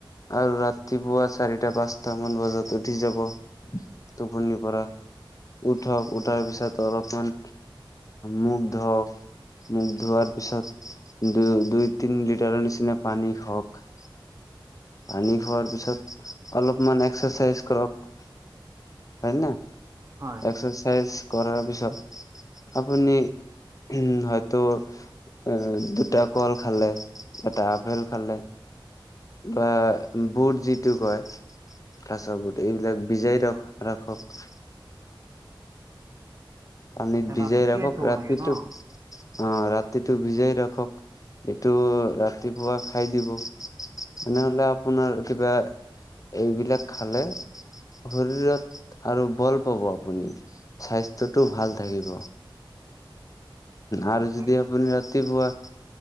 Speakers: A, on the left (about 40°); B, on the right (about 35°).
A: আৰু ৰাতিপুৱা চাৰিটা পাঁচটা মান বজাত উঠি যাব। টোপনি পৰা। উঠক, উঠাৰ পিছত অলপমান মুখ ধুওক। মুখ ধোৱাৰ পিছত দু-দুই তিনি লিটাৰৰ নিচিনা পানী খাৱক। পানি খোৱাৰ পিছত অলপমান এক্সাৰচাইজ কৰক। হয় ন'
B: হয়
A: এক্সাৰ ৰচাইজ কৰাৰ পিছত আপুনি উ, হয়তো উ, দুটা কল খালে, এটা আপেল খালে। বা বুট যিটো কয়। কাছবোট এইবিলাক বিজাই ৰ-ৰাখক। পানীত ভিজাই
B: ৰাতি
A: ৰাখক
B: তিয়াই থব
A: ৰাতিটো।
B: লাগে ন
A: অ', ৰাতিটো ভিজাই ৰাখক, এইটো ৰাতিপুৱা খাই দিব। এনেহলে আপোনাৰ কিবা এইবিলাক খালে। শৰীৰত আৰু বল পাব আপুনি, স্বাস্থ্যত টো ভাল থাকিব আৰু
B: হয়
A: যদি আপুনি ৰাতিপুৱা